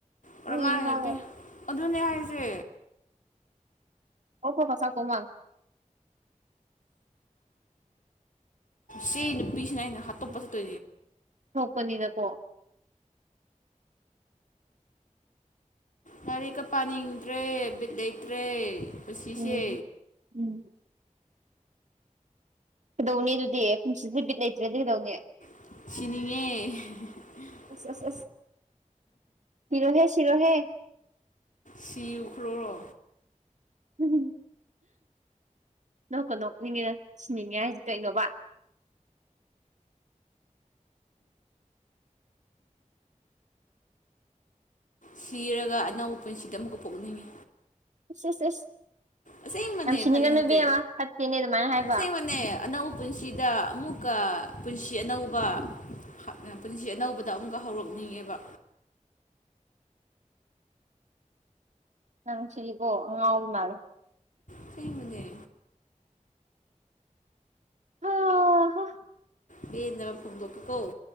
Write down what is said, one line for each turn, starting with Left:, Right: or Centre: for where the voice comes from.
Left: ꯀꯔꯝꯍꯥꯏꯅ
Right: ꯏ ꯀꯥꯕꯗ
Left: ꯅꯨ ꯄꯤ ꯑꯗꯨꯅꯦ ꯍꯥꯏꯁꯦ
Right: ꯑꯣꯄꯣ ꯀꯁꯥ ꯀꯣꯃꯜ
Left: ꯁꯤ ꯅꯨ ꯄꯁꯅꯩꯅ ꯍꯥꯠꯇꯣꯄꯁꯨ ꯇ
Right: ꯊꯣꯛꯄꯅꯤꯗꯀꯣ
Left: ꯌꯥꯔꯤ ꯀ ꯄꯅꯤꯗ꯭ꯔꯦ ꯕꯤꯠ ꯂꯩꯇ꯭ꯔꯦ ꯄꯨꯟꯁꯤꯁꯦ
Right: ꯎꯝ ꯎꯝ ꯀꯩꯗꯧꯅꯤ ꯑꯗꯨꯗꯤ ꯄꯨꯟꯁꯤꯁꯦ ꯕꯣꯠ ꯂꯩꯇ꯭ꯔꯦꯗꯤ ꯀꯩꯗꯧꯅꯤ
Left: ꯁꯤꯅꯤꯡꯉꯦ꯫
Right: ꯑꯁ ꯑꯁ ꯑꯁ ꯁꯤꯔꯣꯍꯦ ꯁꯤꯔꯣꯍꯦ
Left: ꯁꯤꯈ꯭ꯔꯣ
Right: ꯎꯝ ꯅꯣꯛ ꯀ ꯅꯣꯛꯅꯤꯡꯉꯤꯅ ꯁꯤꯅꯤꯡꯉꯦ ꯍꯥꯏꯁꯦ ꯀꯩꯅꯣꯕ
Left: ꯁꯤꯔꯒ ꯑꯅꯧꯕ ꯄꯨꯟꯁꯤꯗ ꯑꯃꯨꯛꯀ ꯄꯣꯛꯅꯤꯡꯉꯤ
Right: ꯑ ꯑꯁ ꯑꯦꯁ
Left: ꯑꯁꯦꯡꯕꯅꯦ
Right: ꯌꯥꯝꯁꯤꯅꯤꯡꯉꯅꯨ
Left: ꯐꯥꯒꯤ ꯅꯠꯇꯦ
Right: ꯏꯕꯦꯃꯥ ꯐꯠꯇꯦꯅꯦ ꯑꯗꯨꯃꯥꯏꯅ ꯍꯥꯏꯕ
Left: ꯑꯁꯦꯡꯕꯅꯦ ꯑꯅꯧꯕ ꯄꯨꯟꯁꯤꯗ ꯑꯃꯨꯛꯀ ꯄꯨꯟꯁꯤ ꯑꯅꯧꯕ ꯄꯨꯟꯁꯤ ꯑꯅꯧꯕꯗ ꯑꯃꯨꯛꯀ ꯍꯧꯔꯛꯅꯤꯡꯉꯦꯕ
Right: ꯅꯪꯁꯤꯗꯤꯀꯣ ꯑꯉꯥꯎꯕꯤ ꯃꯥꯜꯂꯦ
Left: ꯑꯁꯦꯡꯕꯅꯦ
Right: ꯍꯥꯍꯥ
Left: ꯄꯦꯟꯗꯥꯕꯥ ꯐꯣꯡꯗꯣꯛ ꯄꯥꯀꯣ